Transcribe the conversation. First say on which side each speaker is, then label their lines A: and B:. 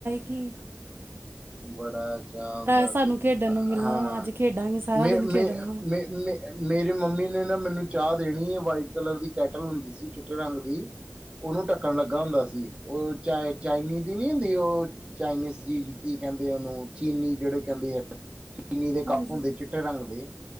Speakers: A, on the right; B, on the right.
A: ਕੀ
B: ਬੜਾ ਚਾਅ ਹੁੰਦਾ
A: ਸਾਨੂੰ
B: ਸੀ
A: ਖੇਡਣ ਨੂੰ ਮਿਲਣਾ
B: ਹਾਂ
A: ਵਾ ਅੱਜ ਖੇਡਾਂਗੇ ਸਾਰਾ
B: ਮੇ
A: ਦਿਨ
B: ਮੇ
A: ਖੇਡਣਾ ਵਾ
B: ਮੇ, ਮੇਰੀ ਮੰਮੀ ਨੇ ਨਾ ਮੈਨੂੰ ਚਾਹ ਦੇਣੀ ਵਾਈਟ ਕਲਰ ਦੀ ਕੈਟਲ ਹੁੰਦੀ ਸੀ। ਚਿੱਟੇ ਰੰਗ ਦੀ ਉਹਨੂੰ ਢੱਕਣ ਲੱਗਾ ਹੁੰਦਾ ਸੀ। ਓ ਚ ਚਾਈਨੀਜ਼ ਦੀ ਨੀ ਹੁੰਦੀ। ਉਹ ਚਾਈਨੀਜ਼ ਜੀ ਕੀ ਕਹਿੰਦੇ ਐ ਉਹਨੂੰ ਚੀਨੀ ਜਿਹੜੇ ਕਹਿੰਦੇ ਆ ਚੀਨੀ ਦੇ
A: ਹਾਂਜੀ
B: ਕੱਪ ਹੁੰਦੇ। ਚਿੱਟੇ ਰੰਗ ਦੇ